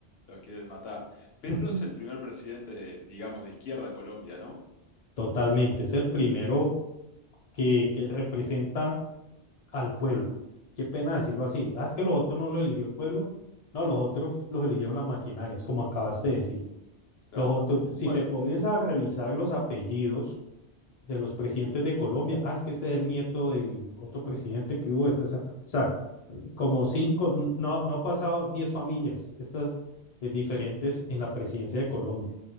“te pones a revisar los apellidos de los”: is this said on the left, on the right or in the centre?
Left